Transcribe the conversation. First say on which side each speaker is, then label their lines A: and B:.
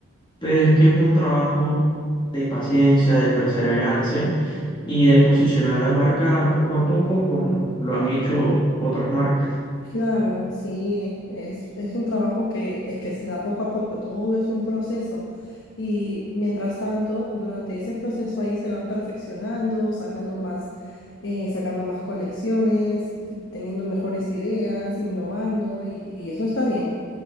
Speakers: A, on the left; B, on the left.
A: pero es que es un trabajo de paciencia, de perseverancia y de posicionar la marca poco a poco como lo han hecho otras marcas.
B: Claro, sí, es, es un trabajo que, eh, que se da poco a poco, todo es un proceso. Y mientras tanto, durante ese proceso ahí se van perfeccionando, sacando más, eh, sacando más colecciones, te- teniendo mejores ideas, innovando, y, y eso está bien.